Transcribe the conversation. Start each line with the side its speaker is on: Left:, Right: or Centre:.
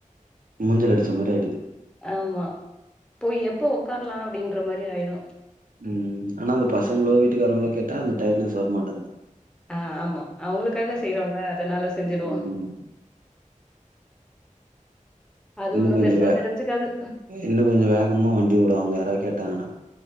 Right: மூஞ்சில அடிச்ச மாரி ஆயிடுது
Centre: ஆமா போய் எப்ப உக்காரலா அப்டின்ற மாரி ஆயிடு
Right: ம் ஆனா அந்த பசங்களோ வீட்டுக்காரங்களோ கேட்டா அந்த டையர்ட்னஸ் வரமாட்டன்து
Centre: ஆ ஆமா அவுங்களுக்காக செய்யறோல்ல அதனால செஞ்சிடுவோ
Right: ம்
Centre: அது
Right: இன்னு
Centre: ஒண்ணு
Right: கொஞ்சோ
Centre: பெருசா
Right: வே
Centre: தெருஞ்சிக்காது
Right: இன்னு கொஞ்சோ வேகமா வண்டி ஓடு அவுங்க யாருனா கேட்டாங்கனா